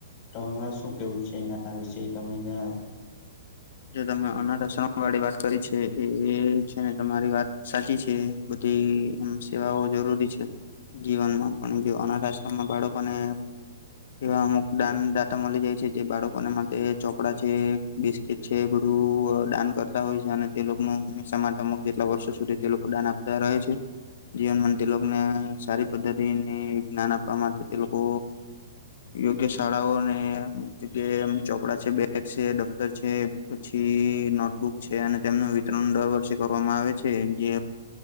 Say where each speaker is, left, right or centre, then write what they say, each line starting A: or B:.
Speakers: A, on the left; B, on the left.
A: ચોમાસું કેવું છે, એના વિશે તમે જણાવો.
B: જો તમે અનાથશ્રમ વાળી વાત કરી છે, એ છેને તમારી વાત સાચી છે. બધી સેવાઓ જરૂરી છે. જીવનમાં પણ જે અનાથ આશ્રમમાં બાળકોને એવા અમુકદાન દાતા મળી જાય છે, જે બાળકોને માટે ચોપડા છે, બિસ્કીટ કે છે બધું અ દાન કરતા હોય છે. અને તે લોકોનું હંમેશા માટે અમુક જેટલા વર્ષો સુધી તે લોકો દાન આપ તા રહે છે. જીવનમાં તે લોકોને સારી પદ્ધતિને અને જ્ઞાન આપવા માટે તે લોકો યોગ્ય શાળાઓ અને અમુક જગ્યા એમ ચોપડા છે, બેગ છે દફ તર છે, પછી નોટબુક છે. અને તેમનું વિતરણ દર વર્ષે કરવામાં આવે છે. જે